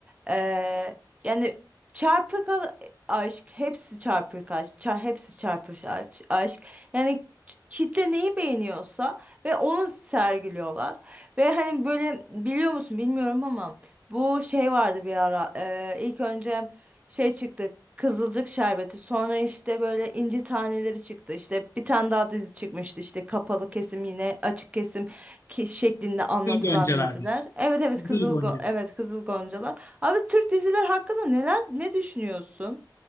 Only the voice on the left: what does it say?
Kızıl Goncalar'da.
Kızıl
Goncalar.